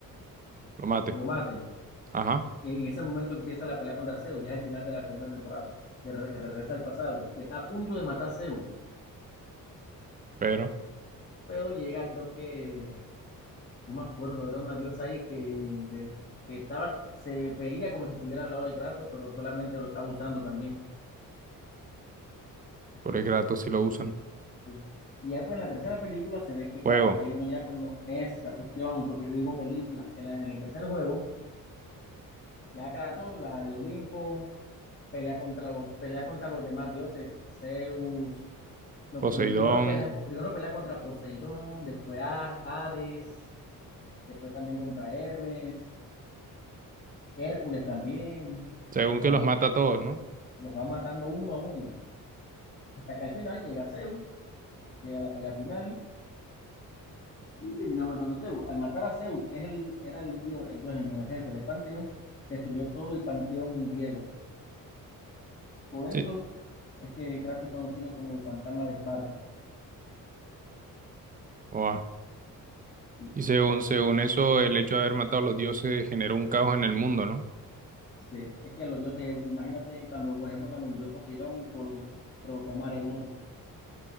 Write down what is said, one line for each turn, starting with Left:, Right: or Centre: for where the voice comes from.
Right: lo mate.
Left: lo mate.
Right: Ajá,
Left: Y en ese momento empieza la pelea contra Zeus, ya es el final de la segunda temporada, que re- regresa al pasado. Y está a punto de matar a Zeus,
Right: pero...
Left: pero llega, creo que No me acuerdo, era una diosa ahí que, de- que estaba, se veía como si estuviera al lado de Kratos, pero solamente lo estaba usando también.
Right: Pobre Kratos si lo usan.
Left: Sí. Y ya pues en la tercera película se ve que
Right: Fuego,
Left: Kratos está yendo ya con lo- esa cuestión, porque se digo película. En, la- en el tercer juego, ya Kratos al Olimpo, pelea contra los, pelea contra los demás dioses, Zeus. No,
Right: Poseidón,
Left: primero pelea, primero pelea contra Poseidón, después a Hades, después también contra Hermes, Hércules también.
Right: según
Left: Lago
Right: que los mata a todos, ¿no?
Left: los va matando uno a uno, hasta que al final llega Zeus, llega la pelea final y termina matando a Zeus. Al matar a Zeus, que es el, era el dios, el dueño, el jefe del panteón, destruyó todo el panteón griego. Por
Right: Sí,
Left: eso es que Kratos es conocido como el fantasma de Esparta.
Right: Oa.
Left: Y,
Right: Y según, según eso, el hecho de haber matado a los dioses generó un caos en el mundo, ¿no?
Left: sí, es que a los dioses, imagínate cuando, por ejemplo, cuando murió Poseidón, colo- provocó maremotos.